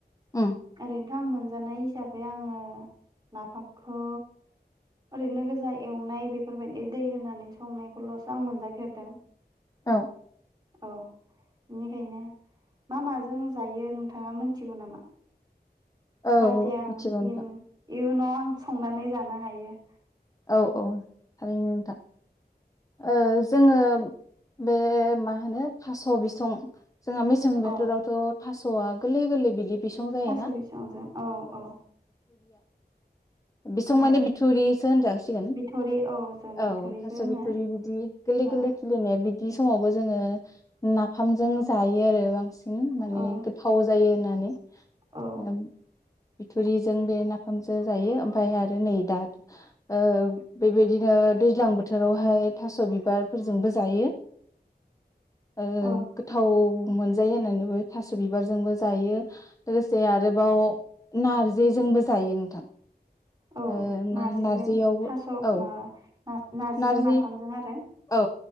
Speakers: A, on the left (about 20°); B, on the right (about 25°).
A: उम
B: आरो थां मोनजानाय हिसाबै आङो नाफामखौ ओरैनो गोजा एवनाय बेफोरबायदि दै होनानै संनायखौल'सो आं मोनजाफेरदों
A: औ
B: औ बेनिखायनो मा माजों जायो नोंथाङा मिथिगौ नामा?
A: औ
B: जाहाथे आं
A: मिथिगौ
B: इन
A: नोथां
B: इयुनाव आं संनानै जानो हायो।
A: औ औ थारैनो नोंथां ओ जोङो बे मा होनो थास' बिसं जोंहा मेसें बोथोरावथ'
B: औ
A: थास' स'आ गोरलै गोरलै बिदि बिसं जायोना
B: थास' बिसंजों औ औ
A: बिसुं माने
B: औ
A: बिथुरिसो होनजासिगोन
B: बिथरि औ जों बिथरिबो
A: औ थास'
B: होनो
A: बि थोरि बिदि गोरलै
B: औ
A: गोरलै खेलेनाया बि दि समावबो जोङो नाफामजों जायो आरो बांसिन बिदिनो माने
B: औ
A: गोथाव जायो होननानै ओम
B: औ
A: <unintelligible> बिथुरिजों बे नाफामजों जायो ओमफ्राय आरो नै दा ओ बेबायदिनो दैज्लां बोथोराव हाय थास' बिबारफोरजोंबो जायो। ओ
B: औ
A: गोथाव मोनजायो होननानैबो थास' बिबारजोंबो जायो लोगोसे आरोबाव नारजिजोंबो जायो नोंथां
B: औ
A: ओ ना
B: नारजिजों
A: नारजियावबो
B: थास'
A: औ
B: मा नारजिजों
A: नारजि
B: नाफामजों आरो
A: औ